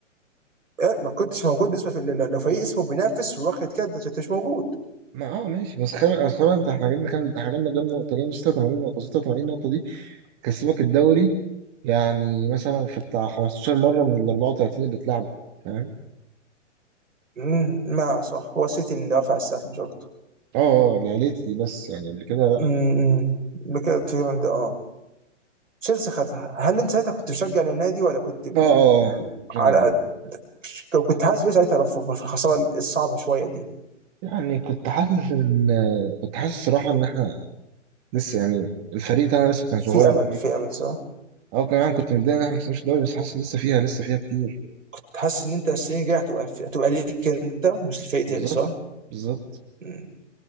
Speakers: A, on the right; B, on the right.
A: إيه، ما كنتش موجود بالنسبه في- لو لو فريق اسمه بينافس واخد كده انت مش موجود
B: ما اه ماشي بس خير بس خير انت احنا جبنا كام احنا جبنا جبنا نقطة جبنا 86 نقطة 86 نقطة دي تكسبك الدوري يعني مثلا في بتاع 15 مرة من ال 34 اللي اتلعبوا فاهم؟
A: مم، ما صح هو السيتي اللي رفع السقف مش اكتر
B: اه اه لا ليت لي بس يعني قبل كده لا
A: امم بكده تيران ده اه تشيلسي خدها هل انت ساعتها كنت مشجع للنادي ولا كنت
B: اه اه
A: مم،
B: اه عشان
A: على
B: جنب
A: قد لو كنت حاسس بيه ساعتها بفوق بس الخساره الصعبه شويه دي
B: يعني كنت حاسس ان كنت حاسس الصراحة ان احنا لسه يعني الفريق بتاعنا لسه كان صغير
A: في امل
B: قوي
A: في امل صح
B: اه كمان كنت متضايق ان احنا ما كسبناش الدوري بس حاسس لسه فيها لسه فيها كتير
A: تحس ان انت السنين الجايه هتبقى هتبقى ليك انت مش لفريق تاني
B: بالظبط
A: صح
B: بالظبط
A: مم.